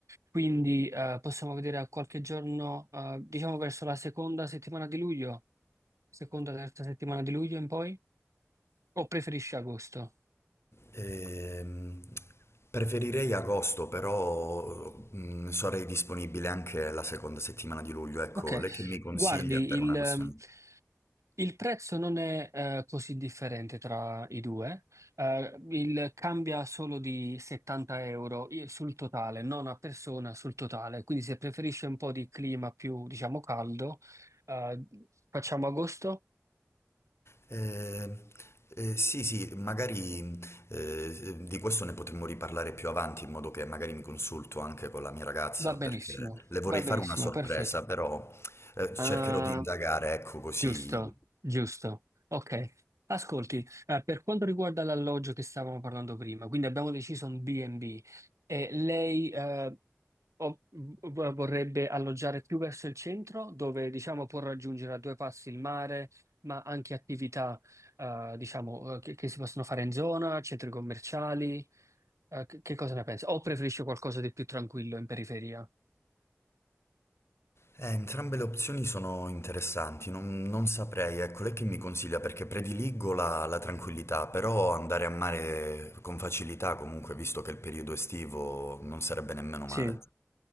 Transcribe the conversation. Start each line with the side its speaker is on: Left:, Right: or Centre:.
Right: quindi eh, possiamo vedere a qualche giorno, eh, diciamo verso la seconda settimana di luglio, seconda, terza settimana di luglio in poi, o preferisci agosto?
Left: Ehm, preferirei agosto, però mh, sarei disponibile anche la seconda settimana di luglio, ecco,
Right: Ok,
Left: lei che mi consiglia
Right: guardi
Left: per
Right: il...
Left: una questione?
Right: ehm, Il prezzo non è eh, così differente tra i due, Eh, il- cambia solo di 70 euro i- sul totale, non a persona, sul totale. Quindi se preferisce un po' di clima più, diciamo, caldo, eh, facciamo agosto,
Left: Eh, eh, sì, sì, magari eh, di questo ne potremmo riparlare più avanti, in modo che magari mi consulto anche con la mia ragazza,
Right: va benissimo,
Left: perché le vorrei
Right: va
Left: fare
Right: benissimo,
Left: una sorpresa,
Right: perfetto.
Left: però eh, cercherò
Right: Eh,
Left: di indagare, ecco così.
Right: giusto, giusto. Ok. Ascolti, eh, per quanto riguarda l'alloggio che stavamo parlando prima, quindi abbiamo deciso un B&B e B e lei... eh, O v- vorrebbe alloggiare più verso il centro, dove diciamo può raggiungere a due passi il mare, ma anche attività eh, diciamo, eh, che, che si possono fare in zona, centri commerciali. Eh, che, che cosa ne pensi? O preferisce qualcosa di più tranquillo in periferia?
Left: Eh, entrambe le opzioni sono interessanti, non, non saprei, ecco, lei che mi consiglia, perché prediligo la, la tranquillità, però andare a mare con facilità comunque, visto che è il periodo estivo, non sarebbe nemmeno male.
Right: Sì.